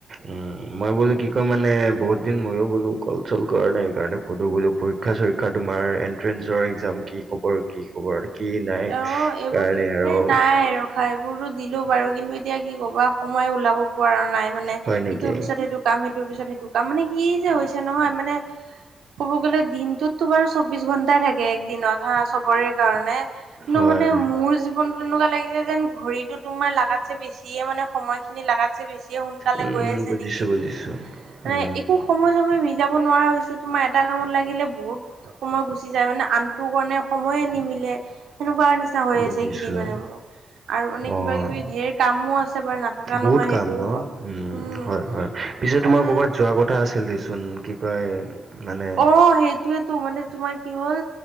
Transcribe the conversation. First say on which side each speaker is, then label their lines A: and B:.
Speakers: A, on the right; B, on the right.
A: উম মই বোলো কি কয় মানে বহুত দিন ময়ো বোলো কল চল কৰা নাই। সেইকাৰণে সধো বোলো পৰীক্ষা-চৰীক্ষা তোমাৰ এট্ৰেঞ্চৰ একজামৰ কি খব কি খবৰ কি নাই
B: অ' এইবোৰ
A: কাৰণে আৰু
B: এ নাই ৰখা এইবোৰতো দিলো বাৰু, কিন্তু এতিয়া কি ক'বা সময়ে ওলাব পঢ়া নাই মানে।
A: হয় নেকি?
B: ইটোৰ পিছত সেইটো কাম সেইটোৰ পিছত সেইটো কাম মানে কি যে হৈছে নহয় মানে ক'ব গ'লে দিনটোতো বাৰু চৌবিশ ঘন্টাই থাকে একদিনত হা চবৰে কাৰণে মানে
A: হয়।
B: মোৰ জীৱনতো এনেকুৱা লাগিছে যেন, ঘড়ীতটো তোমাৰ লাগাতছে বেছিয়ে মানে সময় খিনি লাগতছে বেছিয়ে সোনকালে
A: উম,
B: গৈ আছে
A: বুজিছো,
B: নেকি।
A: বুজিছো।
B: মানে
A: উম,
B: একো সময় চময় মিলি যাব নোৱাৰা হৈছো, তোমাৰ এটা কামত লাগিলে বহুত সময় গুচি যায় মানে, আনটো কাৰণে সময়ে নিমিলে। সেনেকুৱা নিচিনা না হৈ
A: বুজিছো।
B: আছে কেইদিন মানে মোৰ। আৰু মানে
A: অ'
B: কিবা কিবি ঢেৰ কামো আছে বাৰু নাথকা
A: বহুত
B: নহয়,
A: কাম
B: সেইটোও
A: ন?
B: হয়। উম
A: হয়, হয়। পিছে তোমাৰ
B: আৰু
A: কৰ'বাত যোৱা কথা আছিল দেচোন। কি কয় মানে
B: অ সেইটোয়েতো মানে তোমাৰ কি হ'ল,